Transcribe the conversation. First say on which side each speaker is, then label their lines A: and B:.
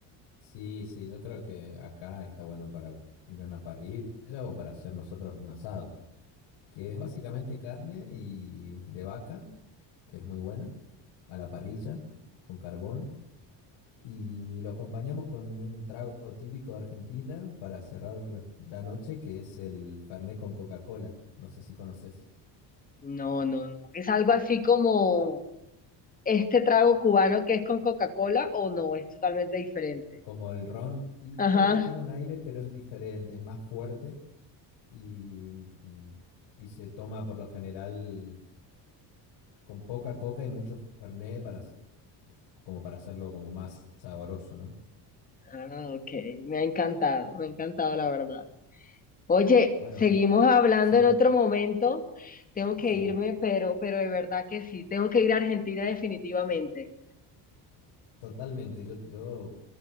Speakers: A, on the left; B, on the left.
A: Sí, sí, yo creo que acá está bueno para ir a una parrilla o para hacer nosotros un asado, que es básicamente carne y de vaca, que es muy buena, a la parrilla, con carbón, y lo acompañamos con un trago típico de Argentina para cerrar la noche, que es el Fernet con Coca-Cola. No sé si conoces,
B: No, no, no. Es algo así como... este trago cubano que es con Coca-Cola o no, es totalmente diferente.
A: como el ron, y pues
B: Ajá.
A: tiene un aire, pero es diferente, es más fuerte y, y se toma por lo general. con poca coca y mucho fernet para, hacer- como para hacerlo como más sabroso, ¿no?
B: Ah, ok. Me ha encantado, me ha encantado la verdad. Oye,
A: Bueno,
B: seguimos
A: y
B: hablando
A: sí,
B: en otro momento. Tengo que
A: sí,
B: irme, pero, pero de verdad que sí, tengo que ir a Argentina definitivamente.
A: totalmente. Yo, yo